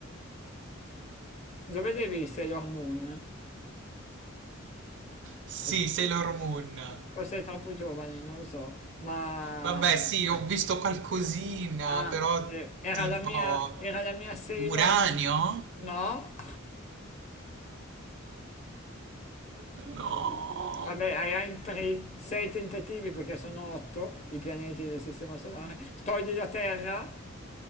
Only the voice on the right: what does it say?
Sì,
Sailor Moon.
Vabbè, sì, ho
visto qualcosina,
però
tipo...
Uranio?
No.